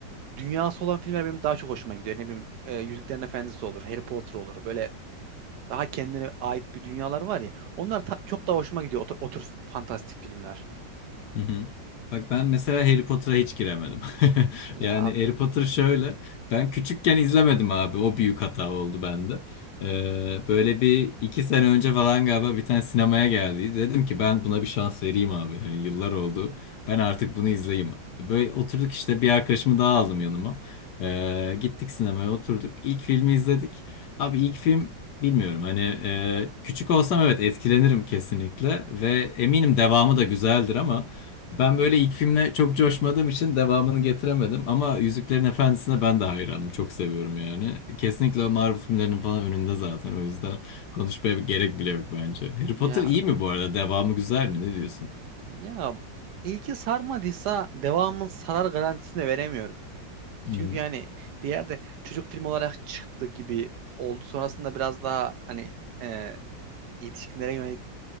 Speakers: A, on the right; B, on the left.
A: dünyası olan filmler benim daha çok hoşuma gidiyor. Ne bileyim e, Yüzüklerin Efendisi olur, Harry Potter olur. Böyle daha kendine ait bir dünyalar var ya. Onlar ta- çok daha hoşuma gidiyor. O, o tür fantastik filmler.
B: Hı hı. Bak ben mesela Harry Potter'a hiç giremedim. <laughs>
A: Ya
B: Yani
A: abi
B: Harry Potter şöyle. Ben küçükken izlemedim abi. O büyük hata oldu bende. Ee, böyle bir iki sene önce falan galiba bir tane sinemaya geldi. Dedim ki ben buna bir şans vereyim abi. Hani yıllar oldu. Ben artık bunu izleyeyim. Böyle oturduk işte bir arkadaşımı daha aldım yanıma. Ee, gittik sinemaya oturduk. İlk filmi izledik. Abi ilk film Bilmiyorum hani e, küçük olsam evet etkilenirim kesinlikle ve eminim devamı da güzeldir ama ben böyle ilk filmle çok coşmadığım için devamını getiremedim. Ama Yüzüklerin Efendisi'ne ben de hayranım. Çok seviyorum yani. Kesinlikle o Marvel filmlerinin falan önünde zaten. O yüzden konuşmaya gerek bile yok bence. Harry Potter
A: ya
B: iyi mi bu arada? Devamı güzel mi? Ne diyorsun?
A: Ya ilki sarmadıysa devamın sarar garantisini veremiyorum.
B: Hmm.
A: Çünkü yani bir yerde çocuk filmi olarak çıktı gibi oldu. Sonrasında biraz daha hani e, yetişkinlere yönelik